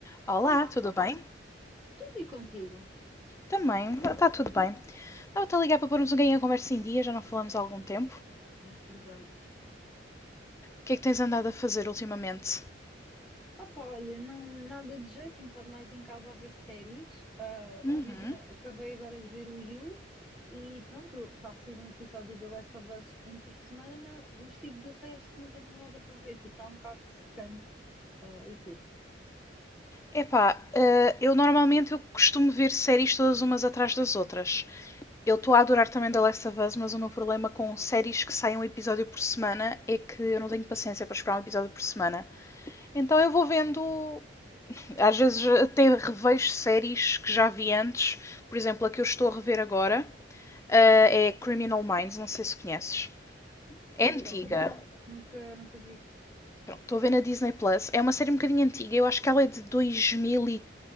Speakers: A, on the left (about 15°); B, in the centre.
A: Olá,
B: Olá,
A: tudo bem?
B: tudo e contigo?
A: Também, está tudo bem. Estava-te a ligar para pormos um ganho a conversa em dia, já não falamos há algum tempo. O
B: É verdade.
A: que é que tens andado a fazer ultimamente?
B: Opa, olha, não, nada de jeito, tenho estado mais em casa a ver séries. Ah,
A: Uhum.
B: imagina, acabei agora de ver o You e pronto, está a sair um episódio de The Last of Us um por semana, mas tipo, de resto não tenho nada para ver, tipo, está um bocado secante. Ah, e tu?
A: Epá, eh, eu normalmente eu costumo ver séries todas umas atrás das outras. Eu estou a adorar também The Last of Us, mas o meu problema com séries que saem um episódio por semana é que eu não tenho paciência para esperar um episódio por semana. Então eu vou vendo Às vezes até revejo séries que já vi antes, por exemplo, a que eu estou a rever agora ah, é Criminal Minds, não sei se conheces.
B: Não estás
A: É
B: a ver
A: antiga.
B: onde? Não, nunca, nunca vi.
A: Pronto, estou a ver na Disney Plus. É uma série um bocadinho antiga, eu acho que ela é de 2000 e- três.